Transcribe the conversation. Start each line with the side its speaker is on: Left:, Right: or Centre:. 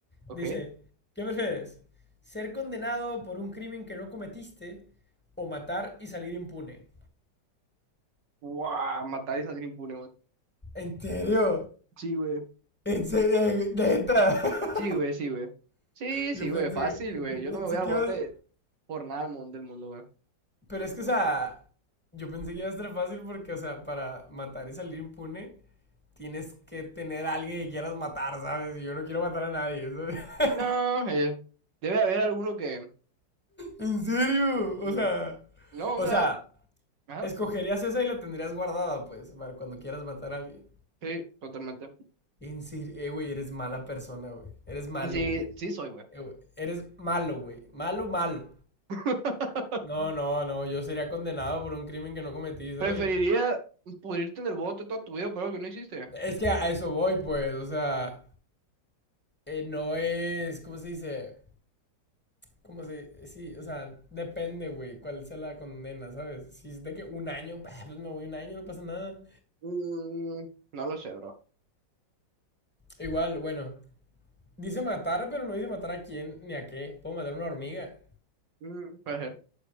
Right: Ok.
Centre: Dice, ¿qué prefieres? ¿Ser condenado por un crimen que no cometiste o matar y salir impune?
Right: Guau, matar y salir impune, güey.
Centre: ¿En serio?
Right: Sí, güey.
Centre: ¿En serio? ¿Neta? <laughs>
Right: Sí, güey, sí, güey. Sí,
Centre: Yo
Right: sí,
Centre: pensé,
Right: güey, fácil, güey.
Centre: yo
Right: Yo
Centre: pensé
Right: no me voy al
Centre: que
Right: bote
Centre: ibas...
Right: por nada del mun- del mundo, güey.
Centre: Pero es que, o sea, yo pensé que iba a estar fácil porque, o sea, para matar y salir impune, tienes que tener a alguien que quieras matar, ¿sabes? Y yo no quiero matar a nadie, ¿sabes? <laughs>
Right: No, eh, debe haber alguno que...
Centre: ¿En serio? O
Right: Ujú.
Centre: sea...
Right: No,
Centre: O
Right: me
Centre: sea,
Right: da... Ajá,
Centre: Escogerías esa y la tendrías guardada, pues, para cuando quieras matar a alguien.
Right: sí, totalmente.
Centre: En serio, eh, güey, eres mala persona, güey. Eres malo,
Right: Sí,
Centre: güey.
Right: sí soy, güey.
Centre: Eh, güey, eres malo, güey. Malo, malo.
Right: <laughs>
Centre: No, no, no, yo sería condenado por un crimen que no cometí, ¿sabes?
Right: Preferiría pudrirte en el bote toda tu vida por algo que no hiciste.
Centre: Es que a eso voy, pues, o sea, eh, no es, ¿cómo se dice? ¿Cómo se Sí, o sea, depende, güey, cuál sea la condena, ¿sabes? Si es de que un año, pues me voy un año, no pasa nada.
Right: Mm, no lo sé, bro.
Centre: Igual, bueno, dice matar, pero no dice matar a quién ni a qué. Puedo matar a una hormiga.
Right: Mm, puede ser.